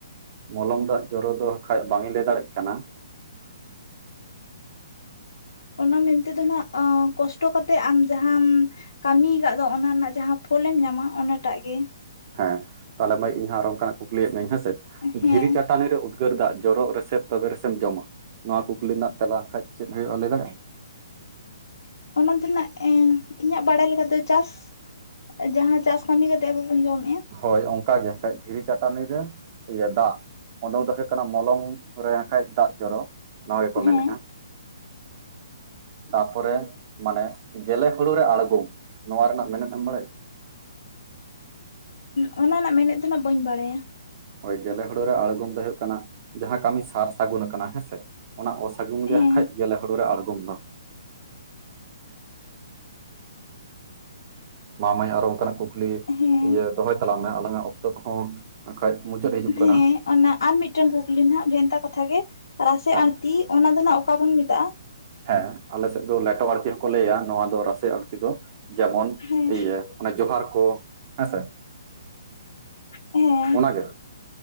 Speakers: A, on the right; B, on the left.
A: ᱢᱚᱞᱚᱝ ᱫᱟᱜ ᱡᱚᱨᱚ ᱫᱚ ᱠᱷᱟᱡ ᱵᱟᱝᱤᱧ ᱞᱟᱹᱭ ᱫᱟᱲᱭᱟᱼᱜ ᱠᱟᱱᱟ
B: ᱚᱱᱟ ᱢᱮᱱᱛᱮ ᱫᱚ ᱱᱟᱜ ᱠᱚᱥᱴᱚ ᱠᱟ ᱠᱟᱛᱮᱼᱜ ᱟᱢ ᱡᱟᱦᱟᱸᱟᱢ ᱠᱟᱹᱢᱤᱭ ᱟᱠᱟᱫ ᱫᱚ ᱚᱱᱟ ᱨᱮᱱᱟᱼᱜ ᱡᱟᱦᱟᱸ ᱯᱷᱚᱞᱮᱢ ᱧᱟᱢᱟ ᱚᱱᱟᱴᱟᱜ ᱜᱮ
A: ᱦᱮᱸ ᱛᱟᱦᱚᱞᱮ ᱢᱟᱹᱭ ᱤᱧᱦᱚᱸ ᱟᱨ ᱚᱱᱠᱟᱱᱟᱜ ᱠᱩᱠᱞᱤᱭᱮᱫ ᱢᱤᱭᱟᱹᱧ ᱦᱮᱸᱥᱮ
B: ᱦᱮᱸ
A: ᱫᱷᱤᱨᱤ ᱠᱟᱴ ᱪᱟᱹᱴᱟᱞᱤ ᱨᱮ ᱩᱫᱽᱜᱟᱹᱨ ᱫᱟᱜ ᱡᱚᱨᱚᱜ ᱨᱮᱥᱮ ᱛᱚᱵᱮ ᱨᱮᱥᱮᱢ ᱡᱚᱢᱟ ᱱᱚᱣᱟ ᱠᱩᱠᱞᱤ ᱨᱮᱱᱟᱼᱜ ᱛᱮᱞᱟ ᱠᱷᱟᱱ ᱪᱮᱫ ᱦᱩᱭᱩᱜᱼᱟ ᱞᱟᱹᱭ ᱫᱟᱲᱮᱭᱟᱜᱼᱟ
B: ᱚᱱᱟ ᱛᱮᱱᱟᱜ ᱮᱸ ᱤᱧᱟᱹᱜ ᱵᱟᱲᱟᱭ ᱞᱮᱠᱟ ᱛᱮ ᱪᱟᱥ ᱡᱟᱦᱟᱸ ᱪᱟᱥ ᱠᱟᱹᱢᱤ ᱠᱟᱛᱮᱼᱜ ᱟᱵᱚᱵᱚᱱ ᱡᱚᱢᱮᱫᱼᱟ
A: ᱦᱳᱭᱸ ᱚᱱᱠᱟ ᱜᱮ ᱠᱷᱟᱡ ᱫᱷᱤᱨᱤ ᱪᱟᱴᱟᱱᱤᱨ ᱨᱮ ᱤᱭᱟᱹ ᱫᱟᱜ <unintelligible> ᱫᱚ ᱦᱩᱭᱩᱜ ᱠᱟᱱᱟ ᱢᱚᱞᱚᱝ ᱨᱮᱠᱷᱟᱡ ᱫᱟᱜ ᱡᱚᱨᱚ ᱱᱚᱣᱟ ᱜᱮ ᱠᱚ
B: ᱦᱮᱸ
A: ᱢᱮᱱᱮᱫᱼᱟ <inaudible> ᱛᱟᱯᱚᱨᱮ ᱢᱟᱱᱮ ᱜᱮᱞᱮ ᱦᱩᱲᱩ ᱨᱮ ᱟᱬᱜᱚᱢ ᱱᱚᱣᱟ ᱨᱮᱱᱟᱜ ᱢᱮᱱᱮᱫ ᱮᱢ ᱵᱟᱲᱟᱭᱟ <inaudible>
B: ᱦᱩᱸ ᱚᱱᱟ ᱨᱮᱱᱟᱜ ᱢᱮᱱᱮᱫ ᱫᱚ ᱱᱟᱜ ᱵᱟᱹᱧ ᱵᱟᱹᱲᱟᱭᱼᱟ
A: ᱦᱳᱭᱸ ᱜᱮᱞᱮ ᱦᱳᱲᱳ ᱨᱮ ᱟᱬᱜᱚᱢ ᱫᱚ ᱦᱩᱭᱩᱜ ᱠᱟᱱᱟ ᱡᱟᱦᱟᱸ ᱠᱟᱹᱢᱤ ᱥᱟᱨ ᱥᱟᱹᱜᱩᱱ ᱟᱼᱠᱟᱱᱟ ᱦᱮᱸᱥᱮ ᱚᱱᱟ ᱚᱥᱟᱹᱜᱩᱱ ᱜᱮ
B: ᱦᱮᱸ
A: ᱠᱷᱟᱡ ᱜᱮᱹᱞᱮ ᱦᱩᱲᱩ ᱨᱮ ᱟᱬᱜᱚᱢ ᱫᱚ ᱢᱟᱢᱟᱹᱭ ᱟᱨᱚ ᱚᱱᱠᱟᱱᱟᱜ ᱠᱩᱠᱞᱤ
B: ᱦᱮᱸ
A: ᱤᱭᱟᱹ ᱫᱚᱦᱚᱼᱭ ᱛᱟᱞᱟᱝ ᱢᱮ ᱟᱞᱟᱝᱟᱜ ᱚᱠᱛᱚ ᱠᱚᱦᱚᱸ ᱟᱠᱷᱟᱡ ᱢᱩᱪᱟᱹᱫ ᱦᱤᱡᱩᱜ ᱠᱟᱱᱟ
B: ᱦᱮᱸ ᱚᱱᱟ ᱟᱨ ᱢᱤᱫᱴᱟᱝ ᱠᱩᱠᱞᱤ ᱱᱟᱦᱟᱜ ᱵᱷᱮᱱᱛᱟ ᱠᱟᱛᱷᱟᱜ ᱜᱮ ᱨᱟᱥᱮ
A: ᱦᱮᱸ
B: ᱟᱲᱛᱤ ᱚᱱᱟ ᱫᱚ ᱱᱟᱜ ᱚᱠᱟ ᱵᱚᱱ ᱢᱮᱛᱟᱜᱼᱟ
A: ᱦᱮᱸ ᱟᱞᱮ ᱥᱮᱫ ᱫᱚ ᱞᱮᱴᱚ ᱟᱲᱛᱤ ᱦᱚᱸᱠᱚ ᱞᱟᱹᱭᱟ ᱱᱚᱹᱣᱟ ᱫᱚ ᱨᱟᱥᱮ ᱟᱲᱛᱩ ᱫᱚ ᱡᱮᱢᱚᱱ
B: ᱦᱮᱸ
A: ᱤᱭᱟᱹ ᱚᱱᱮ ᱡᱚᱦᱟᱨ ᱠᱚ ᱦᱮᱸ ᱥᱮ
B: ᱦᱮᱸ
A: ᱚᱱᱟᱜᱮ